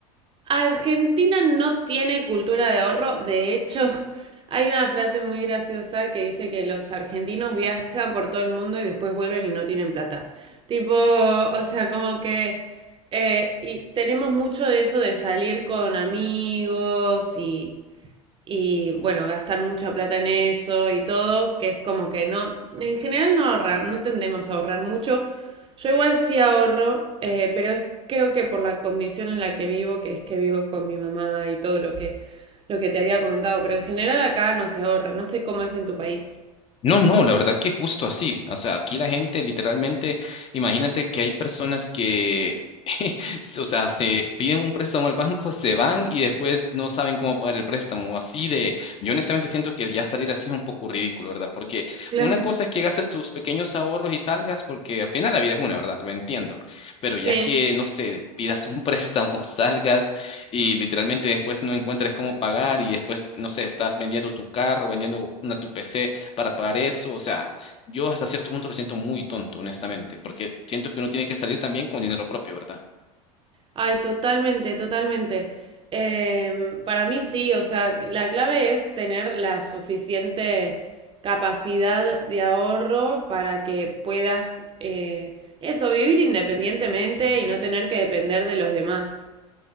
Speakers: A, on the right; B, on the left.
A: Argentina no tiene cultura de ahorro. De hecho, <laughs> hay una frase muy graciosa que dice que los argentinos viajan por todo el mundo y después vuelven y no tienen plata. Tipo, o sea, como que... eh, y tenemos mucho de eso de salir con amigos y, y bueno, gastar mucha plata en eso y todo, que es como que no, en general no ahorra, no tendemos a ahorrar mucho. Yo igual sí ahorro, eh, pero es creo que por la condición en la que vivo, que es que vivo con mi mamá y todo lo que lo que te había comentado, pero en general acá no se ahorra, no sé cómo es en tu país.
B: No, no, la verdad que justo así. O sea, aquí la gente literalmente, imagínate que hay personas que, <laughs> o sea, se piden un préstamo al banco, <laughs> se van y después no saben cómo pagar el préstamo. Así de, yo honestamente siento que ya salir así es un poco ridículo, ¿verdad? Porque
A: Claro.
B: una cosa es que gastes tus pequeños ahorros y salgas, porque al final la vida es una, ¿verdad? Lo entiendo. Pero ya
A: Sí.
B: que, no sé, pidas un <laughs> préstamo, salgas y literalmente después no encuentres cómo pagar y después, no sé, estás vendiendo tu carro, vendiendo una tu PC para pagar eso. O sea, yo hasta cierto punto lo siento muy tonto, honestamente, porque siento que uno tiene que salir también con dinero propio, ¿verdad?
A: Ay, totalmente, totalmente. Em, para mí sí, o sea, la clave es tener la suficiente capacidad de ahorro para que puedas, eh, eso, vivir independientemente y no tener que depender de los demás.